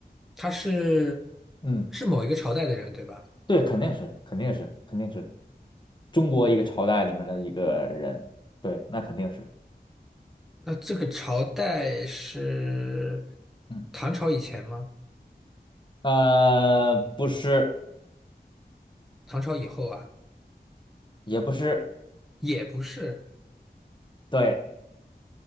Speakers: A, in the centre; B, on the left.
A: 他是
B: 嗯，
A: 是某一个朝代的人，对吧？
B: 对，肯定是，肯定是，肯定是中国一个朝代里面的一个人，对，那肯定是，
A: 那这个朝代是
B: 嗯，
A: 唐朝以前吗？
B: 呃，不是，
A: 唐朝以后啊？
B: 也不是，
A: 也不是，
B: 对，